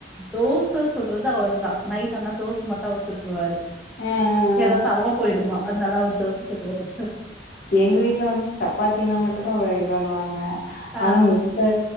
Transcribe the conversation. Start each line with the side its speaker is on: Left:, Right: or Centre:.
Centre: தோச சுட்றது அவர் தா நைட் ஆனா தோஸ் மட்டு அவர் சுட்ருவாரு
Left: அ, அ, அ.
Centre: ஏரா தவா போயிடுமா அதனாலா அவரு தோச சுடுவாரு
Left: எங்க வீட்ல வந்து சப்பாத்தினா மட்டுதா இது பண்ணுவாங்க
Centre: ஆ
Left: ஆனா மித்த